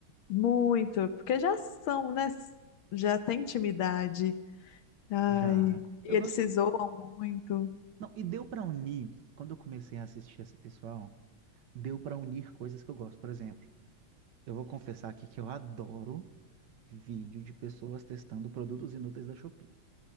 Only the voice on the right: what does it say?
Já.
Eu gosto.
Não, e deu pra unir, quando eu comecei a assistir esse pessoal, deu pra unir coisas que eu gosto. Por exemplo, eu vou confessar aqui que eu adoro vídeo de pessoas testando produtos inúteis da Shopee.